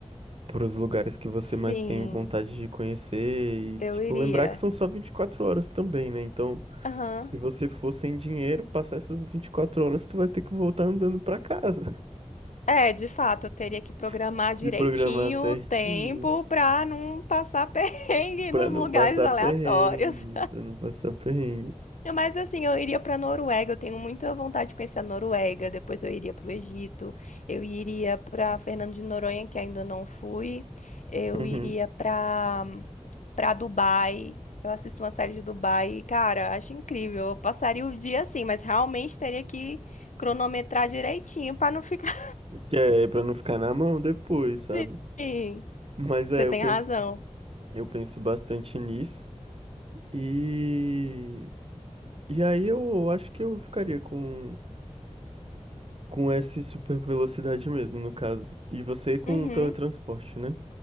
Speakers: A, on the right; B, on the left.
A: para os lugares que você
B: Sim,
A: mais tem vontade de conhecer e,
B: eu
A: tipo,
B: iria.
A: lembrar que são só 24 horas também, né? Então,
B: Aham.
A: se você for sem dinheiro, passar essas 24 horas, tu vai ter que voltar andando para casa.
B: É, de fato, eu teria que programar
A: <laughs>
B: direitinho
A: Se programar certinho,
B: o tempo pra não passar <laughs> perrengue
A: para
B: nos
A: não
B: lugares
A: passar
B: aleatórios.
A: perrengue, para não passar perrengue.
B: É Mas assim, eu iria para Noruega, eu tenho muita vontade de conhecer a Noruega, depois eu iria para o Egito, eu iria para Fernando de Noronha, que ainda não fui, eu
A: Uhum.
B: iria para para Dubai. Eu assisto uma série de Dubai, e, cara, acho incrível. Eu passaria o dia assim, mas realmente teria que cronometrar direitinho para não ficar
A: Que é para não ficar na mão depois, sabe?
B: <laughs> assim.
A: Mas
B: Você
A: é,
B: tem
A: eu penso,
B: razão.
A: eu penso bastante nisso. E E aí eu acho que eu ficaria com Com essa super velocidade mesmo, no caso. E você com
B: Uhum.
A: o teletransporte, né?